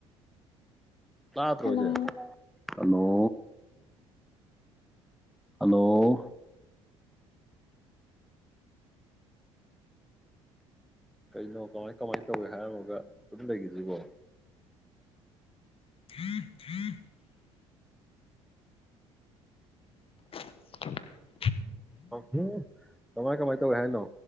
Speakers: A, in the centre; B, on the left.
A: ꯇꯥꯗꯔꯣꯖꯦ?
B: ꯍꯜꯂꯣ
A: ꯍꯜꯂꯣ! ꯍꯜꯂꯣ! ꯀꯩꯅꯣ ꯀꯃꯥꯏ - ꯀꯃꯥꯏꯅ ꯇꯧꯍꯦ ꯍꯥꯏꯔꯝꯃꯒ ꯇꯨꯃꯤꯟ ꯂꯩꯈꯤꯁꯤꯕꯣ?
B: <inaudible> <inaudible>
A: <inaudible> ꯀꯃꯥꯏ- ꯀꯃꯥꯏ ꯇꯧꯏ ꯍꯥꯏꯅꯣ?